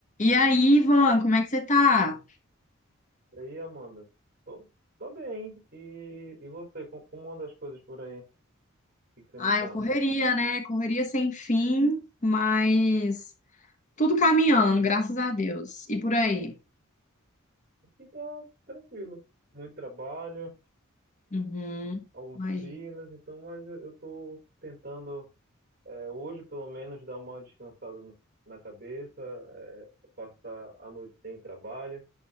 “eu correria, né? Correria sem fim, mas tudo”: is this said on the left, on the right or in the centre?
Left